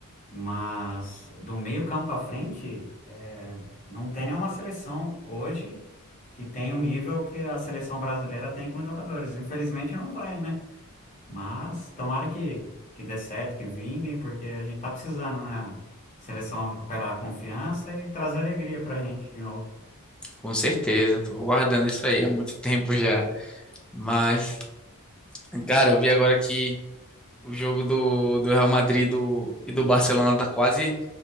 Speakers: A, on the left (about 35°); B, in the centre.
A: mas do meio campo para frente, é, não tem nenhuma seleção hoje que tem o nível que a seleção brasileira tem com os jogadores. Infelizmente não vai, né? Mas tomara que, que dê certo, que vinguem, porque a gente tá precisando na seleção recuperar a confiança e trazer alegria pra gente de novo.
B: Com certeza, estou aguardando isso aí há muito tempo já. Mas, cara, eu vi agora que O jogo do, do Real Madrid do- e do Barcelona tá quase